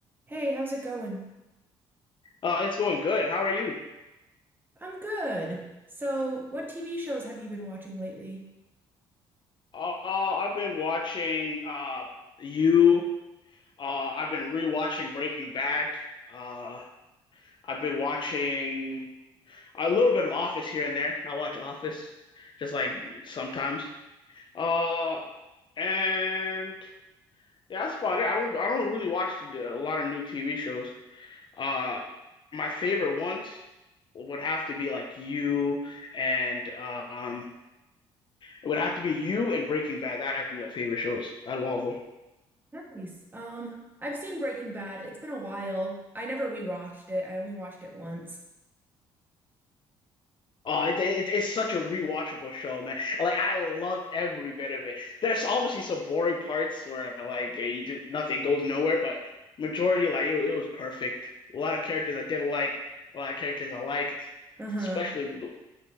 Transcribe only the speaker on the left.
Uh, it's going good. How are you?
Uh, I've been watching uh, you. Uh, I've been rewatching Breaking Bad. Uh, I've been watching a little bit of Office here and there. I watch Office just like sometimes. Uh, and yeah, that's about it. I don't I don't really watch a lot of new TV shows. Uh, my favorite ones would have to be like you and um. It would have to be you and Breaking Bad. That'd have to be my favorite shows out of all of them.
Oh, it, it, it's such a rewatchable show, man. Like I loved every bit of it. There's obviously some boring parts where like you did, nothing goes nowhere, but majority like it, it was perfect. A lot of characters I didn't like, a lot of characters I liked,
especially